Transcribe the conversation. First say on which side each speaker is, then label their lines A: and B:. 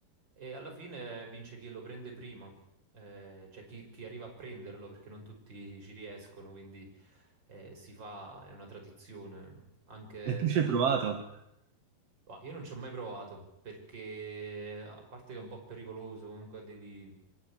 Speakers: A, on the right (about 25°); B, on the right (about 50°).
A: E alla fine vince chi lo prende prima, eh, cioè chi, chi arriva a prenderlo, perché non tutti ci riescono, quindi eh, si fa, è una tradizione, anche...
B: E tu ci hai provato?
A: ma io non ci ho mai provato perché, a parte che è un po' pericoloso, comunque devi,